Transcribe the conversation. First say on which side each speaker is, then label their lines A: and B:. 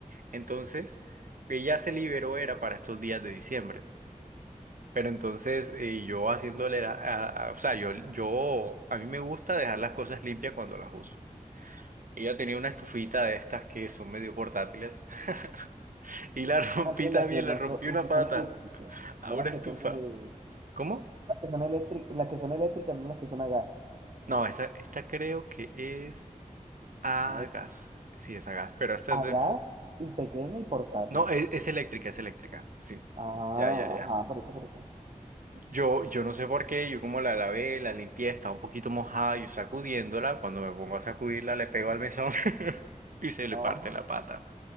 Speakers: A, on the right (about 85°); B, on the right (about 50°).
A: Entonces, ella se liberó era para estos días de diciembre. Pero entonces eh, yo haciéndole, la- a- a- o sea, yo, yo, a mí me gusta dejar las cosas limpias cuando las uso. Ella tenía una estufita de estas que son medio portátiles <laughs> y la rompí
B: Ah, sí,
A: también,
B: Las que no
A: le rompí
B: son, las
A: una
B: que
A: pata
B: son eléctricas,
A: a
B: no
A: una
B: las
A: estufa.
B: que son de,
A: ¿Cómo?
B: las que son eléctricas, las que son eléctricas, no las que son a gas.
A: No, esta, esta creo que es a
B: ¿no?
A: gas. Sí, es a gas, pero esta
B: A
A: es de...
B: gas y pequeña y portátil.
A: No, es, es eléctrica, es eléctrica. Sí.
B: Ah,
A: Ya, ya, ya.
B: ajá, por eso, por eso.
A: Yo, yo no sé por qué, yo como la lavé, la limpié, estaba un poquito mojada, yo sacudiéndola, cuando me pongo a sacudirla le pego al mesón <laughs> y se le
B: No,
A: parte la pata.